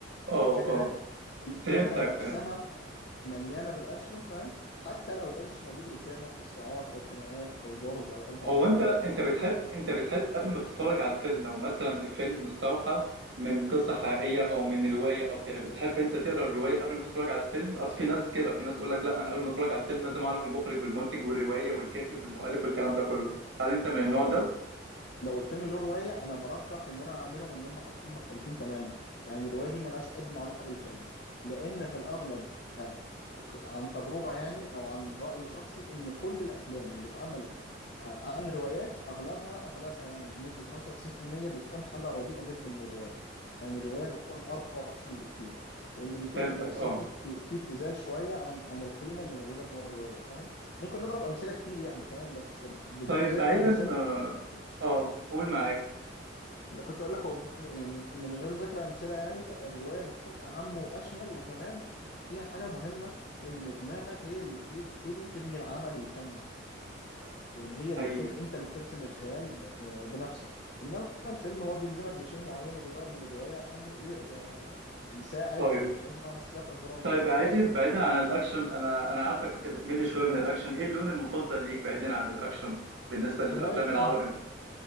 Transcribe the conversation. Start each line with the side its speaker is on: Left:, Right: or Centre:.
Right: اه
Left: الفكره
Right: اه
Left: الفكره
Right: فهمتك
Left: نفسها
Right: فهمتك
Left: مليانه بالاكشن فاهم حتى لو ده مش موجود قدامك في صراعات او خناقات او ضرب او قلب
Right: هو
Left: عربيات
Right: انت انت
Left: وهكذا
Right: بتحب انت بتحب قبل ما تتفرج على الفيلم لو مثلا الفيلم مستوحى من قصة حقيقية
Left: مم.
Right: او من رواية او كده بتحب انت تقرا الرواية قبل ما تتفرج على الفيلم اصل في ناس كده في ناس يقول لك لا انا قبل ما اتفرج على الفيلم لازم اعرف المخرج والمنتج والرواية والكاتب والمؤلف والكلام ده كله هل انت
Left: لا
Right: من
Left: هو
Right: النوع
Left: لو
Right: ده
Left: لو الفيلم له روايه انا برجح ان انا اعملهم ان هم حاجتين مختلفين تماما يعني الروايه دي ملهاش ادنى علاقه بالفيلم لان في الاغلب آه، ك- عن تجربه يعني او عن راي شخصي ان كل الافلام اللي اتعملت آه، عن روايات اغلبها اغلبها يعني بنسبه 95% بتكون حاجه رديئه جدا للروايه يعني الروايه بتكون ارقى واحسن بكتير وان بيكون
Right: فهمتك
Left: التمثيل
Right: اه
Left: فيه ابت- فيه ابتذال شويه عن عن القيمه اللي موجوده جوه الروايه فاهم ممكن نضرب امثله كتير يعني فاهم بس بدون
Right: طيب
Left: ذكر
Right: بعيدا
Left: امثله
Right: اه آه، قول معاك
Left: لا كنت اقول لك هو يعني من غير ذكر امثله يعني فالروايه بتكون اعم واشمل وكمان فيها حاجه مهمه ان دماغك هي اللي بتبتدي تبني العمل الفني يعني هي
Right: حقيقي
Left: اللي بتر... انت اللي بترسم الخيال ب... آه بنفسك انما الفيلم هو بيلزمك بشيء معين وبيغير من الروايه عشان ي... ي- آه يساعد
Right: طيب
Left: او يخدم على السياق الدرامي
Right: طيب
Left: يعني
Right: بعيدا
Left: او السياق
Right: بعيدا
Left: الفني
Right: عن الاكشن انا انا عارفك انت بتمل شوية من الاكشن ايه اللون المفضل ليك بعيدا عن الاكشن بالنسبة للافلام
Left: اللايت كوميدي
Right: العربي مثلا